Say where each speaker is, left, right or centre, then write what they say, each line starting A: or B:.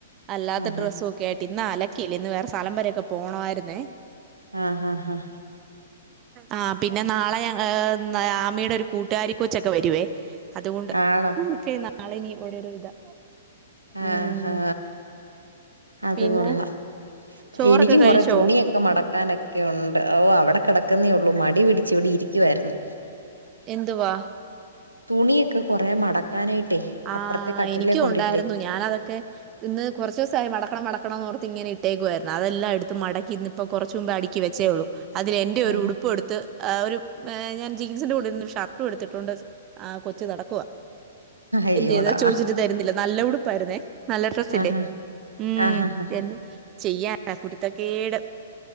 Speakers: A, on the right; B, on the right.
A: അല്ലാത്ത
B: ആഹ്
A: ഡ്രസ്സു ഒ ക്കേ ആയിട്ട് ഇന്ന് അലക്കിയില്ല. ഇന്ന് വേറെ സലം വെരെയൊക്കെ പോവണവായിരുന്നേ.
B: ആഹ്, ആഹ്, ആഹ്.
A: ആ പിന്നെ നാളെ ഞങ് ഏഹ് ആമിയുടെ ഒരു കൂട്ടുകാരി കൊച്ചൊക്കെ വരുവേ, അതുകൊണ്ട്
B: ആണോ
A: <unintelligible> നാളെയിനി ഓരോരോ ഇതാ. ഉം
B: ആഹ്, ഹാ അത്
A: പിന്നെ
B: കൊള്ളാം.
A: ചോറൊക്കെ
B: എനിക്കും
A: കഴിച്ചോ
B: കൊറെ തുണിയൊ ക്കെ മടക്കാനൊക്കെ ഉണ്ട്. ഓഹ്, അവടെ കെടക്ക്ന്നേയൊള്ളൂ മടി പിടിച്ച് ഇവിടെ ഇരിക്കുവായിരുന്നു.
A: എന്തുവാ
B: തുണിയൊക്കെ കൊറെ മടക്കാനായിട്ടേ
A: ആഹ്,
B: അപ്പുറത്തെ കട്ടിലേ
A: എനിക്കു
B: കൊണ്ടിട്ടേക്കും
A: ഉണ്ടായിരുന്നു ഞാന് അതൊക്കെ ഇന്ന് കുറച്ചൂസായി മടക്കണം മടക്കണംന്നോർത്ത് ഇങ്ങനെ ഇട്ടേക്കുവായിരുന്നു അതെല്ലാം എടുത്ത് മടക്കി ഇന്ന്പ്പ കുറച്ചു മുമ്പേ അടി ക്കി വെച്ചേയുള്ളൂ, അതിൽ എന്റെ ഒരു
B: ആഹ്
A: ഉടുപ്പൂ എടുത്ത് അഹ് ഒരു ഞാൻ ജീൻസിൻ്റെ കൂടെട്ന്ന ഒരുഷർടൂ എടുത്തിട്ടോണ്ട് ആഹ് കൊച്ച് നടക്കുവാ
B: അയ്യോടാ
A: എന്തേയ്താ ചോയിച്ചിട്ട് തരുന്നില്ല നല്ല ഉടുപ്പായിരുന്നേ നല്ല ഡസ്സില്ലേ
B: ആഹാ
A: ഉം
B: ആഹാ
A: എന്ന ചെയ്യാന കുടുത്തക്കേട്